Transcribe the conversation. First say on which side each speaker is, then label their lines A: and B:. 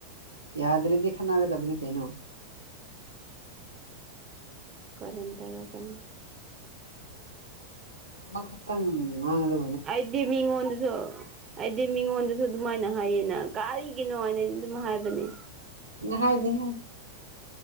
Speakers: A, on the right (about 85°); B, on the right (about 25°).
A: ꯌꯥꯗ꯭ꯔꯗꯤ ꯈꯠꯅꯒꯗꯕꯅꯤ ꯀꯩꯅꯣ
B: ꯀꯥꯔꯟ ꯇꯔꯛꯒꯅꯨ
A: ꯑꯃ ꯈꯛꯇꯪ ꯉꯥꯡꯂꯒ
B: ꯑꯩꯗꯤ ꯃꯤꯉꯣꯟꯗꯁꯨ ꯑꯩꯗꯤ ꯃꯤꯉꯣꯟꯗꯁꯨ ꯑꯗꯨꯃꯥꯏꯅ ꯍꯥꯏꯌꯦꯅ ꯀꯥꯔꯤꯒꯤꯅꯣ ꯍꯥꯏꯅ ꯑꯩ ꯑꯗꯨꯝ ꯍꯥꯏꯕꯅꯦ
A: ꯍꯥꯏꯗꯤ ꯍꯥꯏꯗꯤ